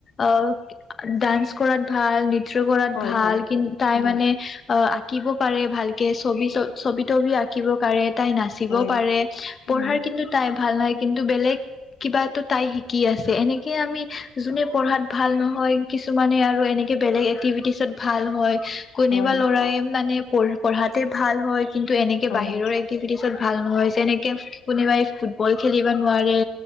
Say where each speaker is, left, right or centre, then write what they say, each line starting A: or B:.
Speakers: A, on the left (about 40°); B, on the left (about 65°).
A: অ ডান্স কৰাত ভাল- চিত্ৰ কৰাত
B: হয়
A: ভাল
B: হয়
A: কিন্তু তাই
B: হয়
A: মানে অ আঁকিব পাৰে ভালকে ছবি চ ছবি তবি আঁকিব পাৰে। তাই নাচিব
B: হয়
A: পাৰে পঢ়াৰ
B: উম
A: কিন্তু তাই ভাল নহ কিন্তু বেলেগ কিবা তাই শিকি আছে এনেকে আমি যোনে পঢ়াত ভাল নহয় কিছুমানে আৰু এনে এনেকে বেলেগ এক্টিভিটিছত ভাল হয়। কোনোবা
B: হয়
A: লৰাই মানে পঢ পঢ়াতে ভাল হয় কিন্তু এনেকে
B: হয়
A: বাহিৰৰ এক ত ভাল নহয় যেনেকে কোনোবাই ফুটবল খেলিব নোৱাৰে